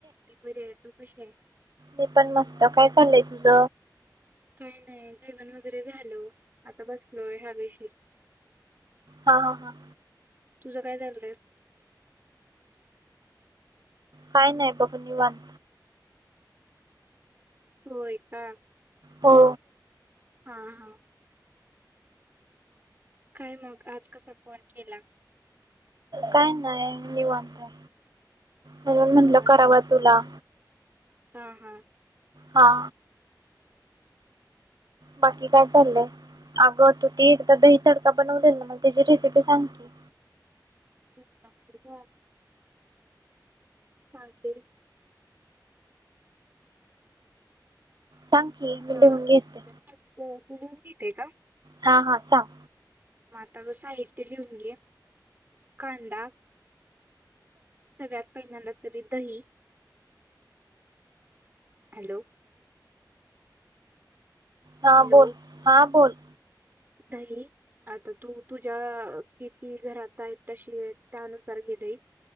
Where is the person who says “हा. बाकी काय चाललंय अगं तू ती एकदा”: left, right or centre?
Right